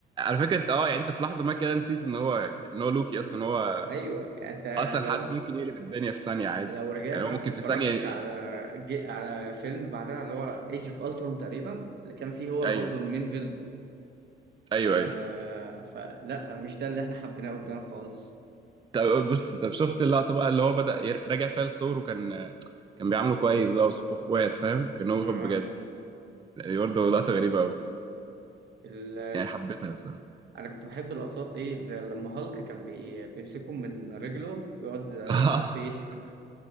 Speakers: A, on the right; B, on the right.
A: فكرة أنت أه يعني أنت في لحظة ما كده نسيت إن هو إن هو لوكي أصلا إن هو
B: ايوه يعني انت
A: أصلا حد
B: لو
A: ممكن يقلب الدنيا في ثانية عادي
B: لو رجعت
A: يعني هو
B: مثلا
A: ممكن في
B: اتفرجت
A: ثانية
B: على جي... على فيلم بعدها اللي هو ايج اوف الترون تقريبا اللي كان فيه هو
A: أيوه
B: برضه المين فيلم
A: أيوه
B: ف...
A: أيوه
B: فلا مش ده اللي احنا حبيناه قدام خالص
A: طب بص طب شفت اللقطة بقى اللي هو بدأ ير- راجع فيها للصور وكان كان بيعامله كويس بقى وص- واخوات فاهم كان هو
B: اه
A: واخد بجد يعني برضه لقطة غريبة أوي
B: ال...
A: يعني حبيتها الصراحة
B: انا كنت بحب اللقطات ايه اللي لما هالك كان بي... بيمسكهم من رجله ويقعد ينطح
A: <laughs>
B: فيه <laughs>